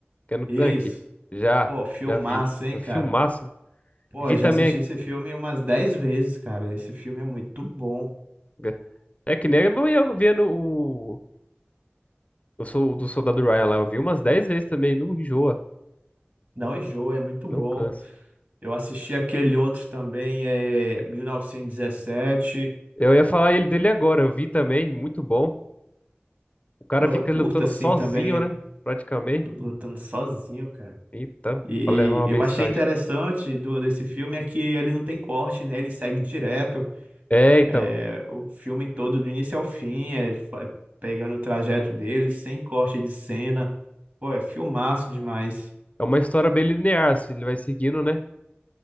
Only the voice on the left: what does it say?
Que é no tanque.
Já,
já vi.
É
Filmaço.
Vi
também.
É é, é que nem eu ia vendo o, o, sol- do Soldado Ryan lá, eu vi umas 10 vezes também, não enjoa,
não
cansa.
Eu ia falar ele dele agora, eu vi também, muito bom. O cara
fica
lutando
sozinho,
né? Praticamente.
Então,
pra levar uma
mensagem.
É, então.
É uma história bem linear, assim, ele vai seguindo, né?